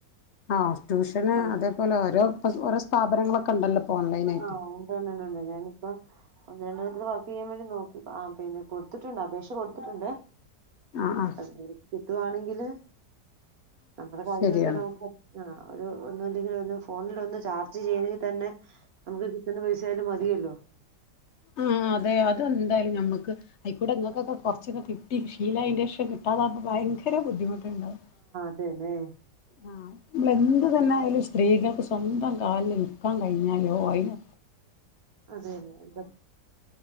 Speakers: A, on the left; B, on the right.
A: ആ ട്യൂഷന്
B: ആ
A: അതേപോലെ ഓരോ ഓരോ സ്ഥാപനങ്ങളൊക്കെ ഉണ്ടല്ലോ ഇപ്പൊ ഓൺലൈൻ ആയിട്ട്
B: ആഹഉണ്ട്ണ്ടണ്ടണ്ട് ഞാനിപ്പം ഒരാൾ വർക്ക് ചെയ്യാൻ വേണ്ടി നോക്കി ആ പിന്നെ കൊടുത്തിട്ടുണ്ട് അപേക്ഷ കൊടുത്തിട്ടുണ്ട്
A: ആ ആ
B: <unintelligible> കിട്ടുവാണെങ്കിൽ ഏ നമ്മുടെ കാര്യങ്ങളൊക്കെ
A: ശരിയാണ്
B: നമുക്ക് ആ ഒരു ഒന്നുംല്ലെങ്കിൽ ഒരു ഫോണിൽ ഒന്ന് ചാർജ് ചെയ്യണെങ്കി തന്നെ നമുക്ക് കിട്ടുന്ന പൈസായാലും മതിയല്ലോ
A: ആ അതെ അതെന്തായാലും ഞമ്മക്ക് അയിക്കൂടാ നിങ്ങകൊക്കെ കുറച്ചൊക്കെ കിട്ടി ലില ഇന്റെക്ഷൻ കിട്ടാതാകുമ്പ ഭയങ്കര ബുദ്ധിമു ഉണ്ടാവും
B: ആതേല്ലേ
A: ആ നമ്മള് എന്ത് തന്നെയാലും സ്ത്രീകൾക്ക് സ്വന്തം കാലില് നിൽക്കാൻ കഴിഞ്ഞാലോ അയിന്
B: അതെ അതെ ഇപ്പ